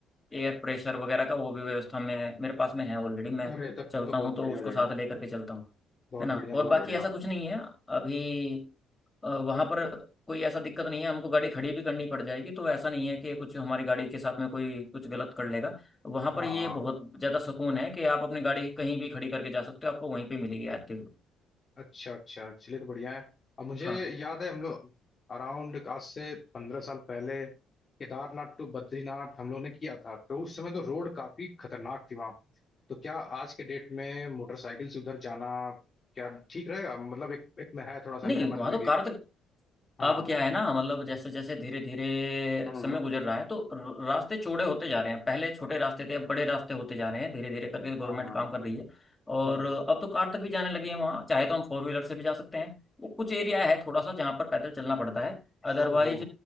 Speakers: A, on the left (about 20°); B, on the left (about 40°).
A: एयर प्रेशर वगैरह का वो भी व्यवस्था में मेरे पास में है ऑलरेडी मैं
B: अरे तब
A: चलता
B: तो बहुत
A: हूँ तो
B: बढ़िया
A: उसको
B: जगह
A: साथ लेकर के चलता हूँ
B: बहुत
A: है ना
B: बढ़िया
A: और
B: बहुत
A: बाकी
B: बढ़िया
A: ऐसा कुछ नहीं है अभी वहां पर कोई ऐसा दिक्कत नहीं है हमको गाड़ी खड़ी भी करनी पड़ जाएगी तो ऐसा नहीं है कि कुछ हमारी गाड़ी के साथ में कोई कुछ गलत कर लेगा वहां
B: हाँ
A: पर ये
B: हाँ
A: बहुत ज्यादा सुकून है कि आप अपनी गाड़ी कहीं भी खड़ी करके जा सकते हो आपको वहीं पे मिलेगी आते हुए
B: अच्छा अच्छा चलिए तो बढ़िया है अब मुझे
A: हाँ
B: याद है हम लोग अराउंड आज से पंद्रह साल पहले केदारनाथ टू बद्रीनाथ हम लोग ने किया था तो उस समय तो रोड काफी खतरनाक थी वहां तो क्या आज के डेट में मोटरसाइकिल से उधर जाना क्या ठीक रहेगा मतलब एक एक में है थोड़ा सा
A: नहीं
B: मेरे मन
A: वहां
B: में
A: तो
B: कि
A: कार तो
B: हाँ
A: अब क्या है ना मतलब जैसे जैसे धीरे धीरे
B: हम्म
A: समय गुजर रहा है तो र- रास्ते चौड़े होते जा रहे हैं पहले छोटे रास्ते थे अब बड़े रास्ते होते जा रहे हैं धीरे धीरे करके गवर्नमेंट
B: हाँ हाँ
A: काम कर रही है और
B: हम्म
A: अब तो कार तक भी जाने लगी है वहाँ चाहे तो हम फोर व्हीलर से भी जा सकते हैं वो कुछ एरिया है थोड़ा सा जहाँ पर पैदल चलना पड़ता है अदरवाइज
B: ओहो